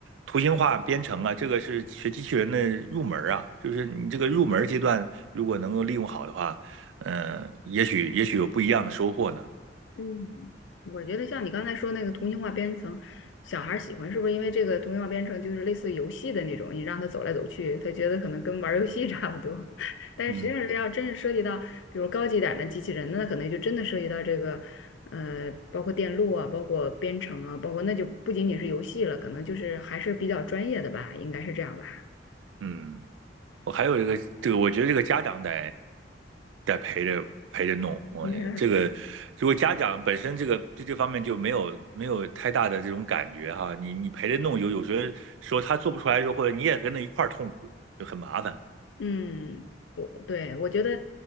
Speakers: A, on the right; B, on the left.
A: 图形化编程啊，这个是学机器人的入门啊，就是你这个入门阶段如果能够利用好的话，嗯、也许也许有不一样的收获呢。
B: 嗯，我觉得像你刚才说那个图形化编程，小孩儿喜欢是不是因为这个图形化编程就是类似于游戏的那种，你让他走来走去，他觉得可能跟玩儿游戏 <laughs> 差不多。<laughs> 但是实际上是要真是涉及到，
A: 嗯
B: 比如高级点儿的机器人，那可能就真的涉及到这个，呃，包括电路啊，包括编程啊，包括那就不仅仅是游戏了，可能就是还是比较专业的吧，应该是这样吧？
A: 嗯。我还有一个这个，我觉得这个家长得得陪着陪着弄。我这个如果家长本身这个对这方面就没有没有太大的这种感觉哈，
B: 应该
A: 你你陪着弄有有时候说他做不出来的时候，或者你也跟着一块儿痛苦，就很麻烦。
B: 嗯，我对我觉得，